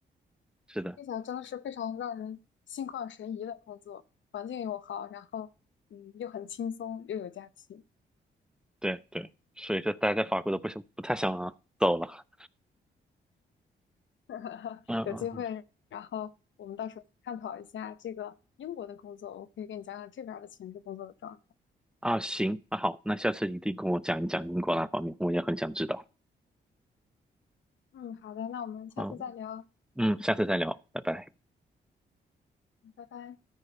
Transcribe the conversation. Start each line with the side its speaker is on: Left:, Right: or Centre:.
Centre: 是的，
Left: 听起来真的是非常让人心旷神怡的工作，环境又好，然后嗯又很轻松又有假期，
Centre: 对对，所以说待在法国都不想不太想走了。
Left: 嗯 <laughs>
Centre: 嗯嗯嗯
Left: 有机会，然后我们到时候探讨一下这个英国的工作，我可以给你讲讲这边儿的前置工作的状态。
Centre: 啊，行，那好，那下次一定跟我讲一讲英国那方面，我也很想知道。
Left: 嗯，好的，那我们下次再聊，
Centre: 好，嗯，下次再聊，拜拜。
Left: 拜拜。